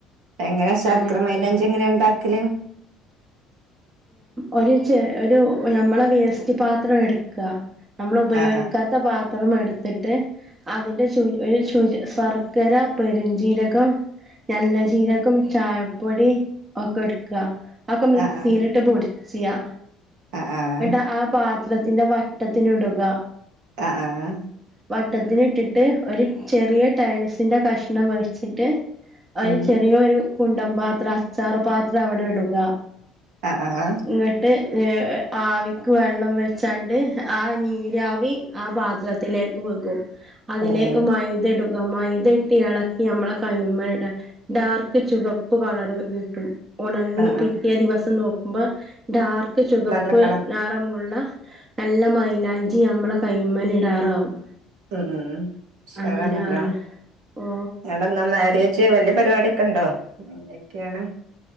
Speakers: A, on the right; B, on the right.
A: എങ്ങനാ ശർക്കര
B: അങ്ങനെ
A: മൈലാഞ്ചി എങ്ങനെയ ഉണ്ടാക്കല്
B: ഒരു ചെ ഒരു നമ്മളെ വേസ്റ്റ് പാത്രം എട്ക്കാ നമ്മള് ഉപയോഗിക്കാ
A: ആഹ്
B: ത്ത പാത്രം എട്ത്തിട്ട് അതിന്റെ ചൂര് ഒരു ചൂര് ശർക്കര പെരുജീരകം നല്ല ജീരകം ചായപ്പൊടി ഒക്കെ ഇട്ക്കാ അതൊക്കെ
A: ആഹ്
B: മിക്സീലിട്ട്
A: ആഹ്
B: പൊടിച്ചിയാ
A: ആഹ്
B: ഇന്നട്ടാ ആ പാ ത്രത്തിന്റെ വട്ടത്തിന് ഇടുക
A: അഹ് ആഹ്
B: വട്ടത്തിന് ഇട്ടിട്ട് ഒരു ചെറിയ ടയിൽസിന്റെ കഷ്ണം വെച്ചിട്ട് ഒരു
A: ഉം
B: ചെറിയൊരു കുണ്ടംപാത്രം അച്ചാർ പാത്രം അവിടെ ഇടുക
A: അഹ് അഹ് ആഹ്
B: ഇങ്ങട്ട് ആവിക്ക് വെള്ളം വെച്ചാണ്ട് ആ നീരാവി ആ പാത്രത്തിലേക്ക് വെക്കും അതിലേക്ക്
A: ഉം ഉം
B: മൈദ ഇടും മൈദ ഇട്ട് ഇളക്കി നമ്മളെ കയ്മ്മടാ ഡാർക്ക് ചുവപ്പ് കളർ കിട്ടും ഉണങ്ങി
A: ആഹ് ആഹ്
B: പിറ്റേ ദിവസം നോക്കുമ്പോ ഡാർക്ക് ചുവപ്പ്
A: നല്ല കളർ
B: നിറമുള്ള നല്ല മൈലാഞ്ചി ഞമ്മളെ കൈമ്മല് ഇടാറാവും.
A: ഉം ഉം ഉഷാറണല്ലോ
B: അങ്ങനെ ആറ് ഓ
A: ങ്ങട്ടെന്നാ മാരേജ് വല്ലിയ പരിപാടിയൊ ക്കണ്ടോ എന്തൊക്കെയാണ്